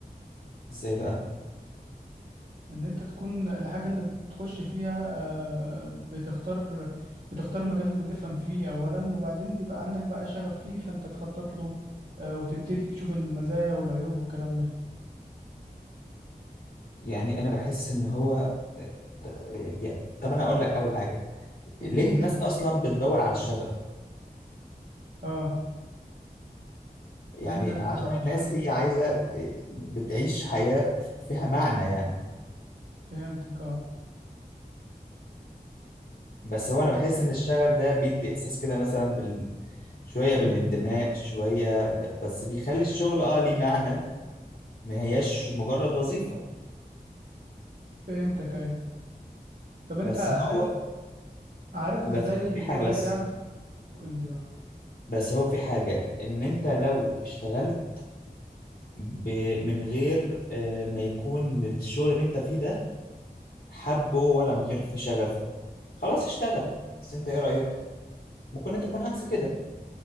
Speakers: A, on the left (about 65°); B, on the right (about 55°).
A: ازاي بقى
B: ان انت تكون الحاجة اللي بتخش فيها آه، بتختار بتختار مجال اللي بتفهم فيه اولا وبعدين يبقى عندك بقى شغف فيه فانت تخطط له آه، وتبتدي تشوف المزايا والعيوب والكلام ده
A: يعني انا بحس ان هو ت- آه، يعني طب انا اقول لك اول حاجه
B: قول
A: ليه الناس اصلا بتدور على الشغف
B: اه
A: يعني
B: ليه الناس
A: عشان
B: بتدور على
A: الناس
B: الشغف
A: هي عايزه آه، بتعيش حياه فيها معنى يعني
B: فهمتك اه
A: بس هو انا بحس
B: إز-
A: ان الشغف ده بيدي احساس كده مثلا بال... شويه بالانتماء
B: مم.
A: شويه ب... بس بيخلي الشغل اه ليه معنى ما هياش مجرد وظيفه
B: فهمتك ايوه طب انت
A: بس
B: عارف
A: هو
B: عارف
A: بس
B: ازاي
A: هو في حاجه
B: الواحد
A: بس
B: يعرف قول لي اه
A: بس هو في حاجه ان انت لو اشتغلت ب... من غير آه، ما يكون الشغل اللي انت فيه ده حبه ولا من غير فيه شغف خلاص اشتغل بس انت ايه رايك ممكن انت تكون عكس كده